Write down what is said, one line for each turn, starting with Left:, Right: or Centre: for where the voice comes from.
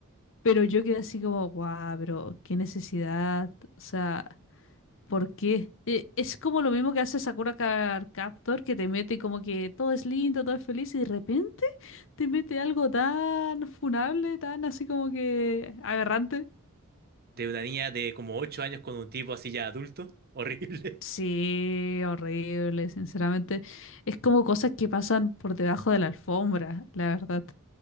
Left: Pero yo quedé así como, guau, pero qué necesidad. O sea, ¿por qué? E- Es como lo mismo que hace Sakura Card Captor, que te mete como que todo es lindo, todo es feliz, y de repente te mete algo tan funable, tan así como que aberrante.
Right: De una niña de como 8 años con un tipo así ya adulto. <laughs> Horrible.
Left: Sí, horrible, sinceramente. Es como cosas que pasan por debajo de la alfombra, la verdad.